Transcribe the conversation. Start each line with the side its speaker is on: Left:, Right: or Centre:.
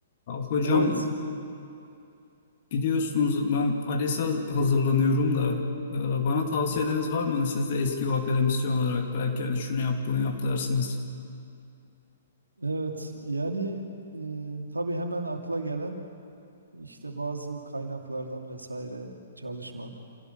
Left: Ya hocam
Right: Evet,
Left: e, biliyorsunuz ben ALES'e haz- hazırlanıyorum da e, bana tavsiyeleriniz var mı? Siz de eski bir akademisyen olarak belki hani şunu yap bunu yap dersiniz.
Right: evet. Yani e, tabii hemen akla gelen işte bazı kaynaklardan vesaire çalışmak.